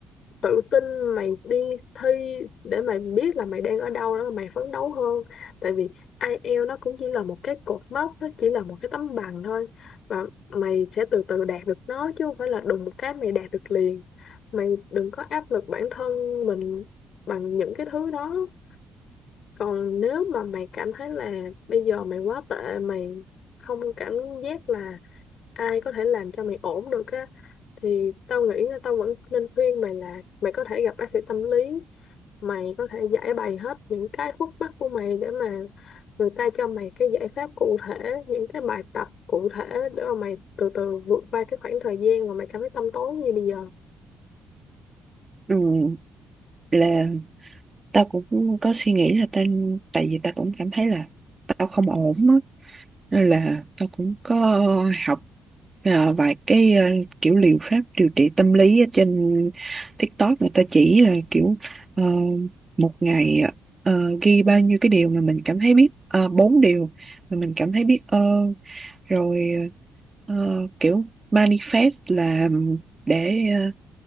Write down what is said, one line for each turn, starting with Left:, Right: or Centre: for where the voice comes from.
Left: tự tin mày đi thi để mày biết là mày đang ở đâu đó mày phấn đấu hơn tại vì ai eo nó cũng chỉ là một cái cột mốc nó chỉ là một cái tấm bằng thôi và mày sẽ từ từ đạt được nó chứ không phải là đùng một cái mày đạt được liền mày đừng có áp lực bản thân mình bằng những cái thứ đó còn nếu mà mày cảm thấy là bây giờ mày quá tệ mày không cảm giác là ai có thể làm cho mày ổn được á thì tao nghĩ là tao vẫn nên khuyên mày là mày có thể gặp bác sĩ tâm lý mày có thể giải bày hết những cái khúc mắc của mày để mà người ta cho mày cái giải pháp cụ thể những cái bài tập cụ thể để mà mày từ từ vượt qua cái khoảng thời gian mà mày cảm thấy tăm tối như bây giờ
Right: ừ, là tao cũng có suy nghĩ là tao tại vì tao cũng cảm thấy là tao không ổn á nên là tao cũng có học à, vài cái à, kiểu liệu pháp điều trị tâm lý ở trên TikTok người ta chỉ là kiểu ờ, một ngày ờ, ghi bao nhiêu cái điều mà mình cảm thấy biết uh, bốn điều mà mình cảm thấy biết ơn rồi ờ, kiểu manifest là để ờ,